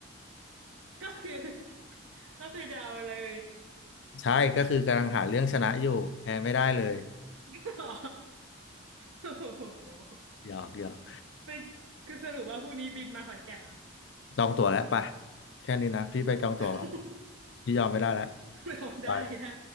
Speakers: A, on the right; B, on the left.
A: ก็คือก็คือจะเอาเลย
B: ใช่ก็คือกำลังหาเรื่องชนะอยู่แพ้ไม่ได้เลย
A: <laughs> อ๋อโอ้โห
B: หยอกหยอก
A: เป็นคือสรุปว่าพรุ่งนี้บินมาขอนแก่นเหรอ
B: จองตั๋วแล้วไปแค่นี้นะพี่ไปจองตั๋วก่อน
A: <laughs>
B: พี่ยอมไม่ได้แล้ว
A: เรา <laughs> ได้ได้
B: ไป